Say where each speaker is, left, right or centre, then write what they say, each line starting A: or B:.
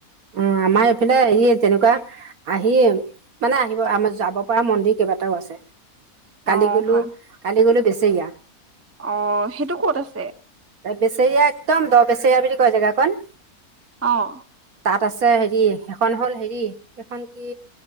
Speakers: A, on the right; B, on the right.
A: উম আমাৰ এইফালে ই যেনেকুৱা আহিম মানে আহিব আমাৰ যাব পৰা মন্দিৰ কেইবাটাও আছে।
B: অ',
A: কালি গলো,
B: হয়
A: কালি গলো বেচিগা।
B: অ সেইটো ক'ত আছে?
A: এ বেচেৰীয়া একদম দ বেচেৰীয়া বুলি কয় জেগাখন।
B: অঁ।
A: তাত আছে হেৰি সেইখন হ'ল হেৰি এইখন কি